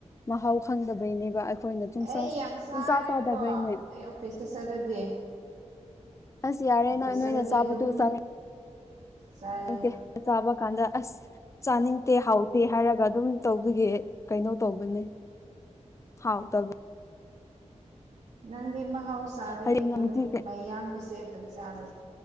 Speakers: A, on the left (about 25°); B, on the right (about 75°).
A: ꯃꯍꯥꯎ ꯈꯪꯗꯕꯩꯅꯦꯕ ꯑꯩꯈꯣꯏꯅ ꯄꯨꯡꯆꯥ
B: ꯑꯩ ꯌꯥꯝ ꯆꯥꯔꯦꯕꯀꯣ
A: ꯄꯨꯡꯆꯥ ꯆꯥꯗꯕꯩꯅꯦ
B: ꯑꯩ ꯑꯣꯐꯤꯁꯇ ꯆꯠꯂꯗꯤ
A: ꯑꯁ ꯌꯥꯔꯦ
B: ꯑꯣꯐꯤꯁ
A: ꯅꯪ ꯅꯣꯏꯅ
B: ꯆꯠꯂꯗꯤ
A: ꯆꯥꯕꯗꯣ
B: ꯑꯗꯨꯝ
A: ꯆꯥꯅꯤꯡ
B: ꯆꯥꯏꯌꯦ
A: ꯇꯦ ꯆꯥꯕ ꯀꯥꯟꯗ ꯑꯁ ꯆꯥꯅꯤꯡꯗꯦ ꯍꯥꯎꯇꯦ ꯍꯥꯏꯔꯒ ꯑꯗꯨꯝ ꯇꯧ ꯑꯗꯨꯒꯤ ꯀꯩꯅꯣ ꯇꯧꯕꯅꯤ ꯍꯥꯎꯇꯕ
B: ꯅꯪꯗꯤ ꯃꯍꯧꯁꯥꯗꯒꯤ
A: ꯍꯌꯦꯡ
B: ꯑꯗꯨꯝ
A: ꯅꯨꯡꯇꯤ
B: ꯃꯌꯥꯡꯒꯤꯁꯦ ꯑꯗꯨꯝ ꯆꯥ <unintelligible>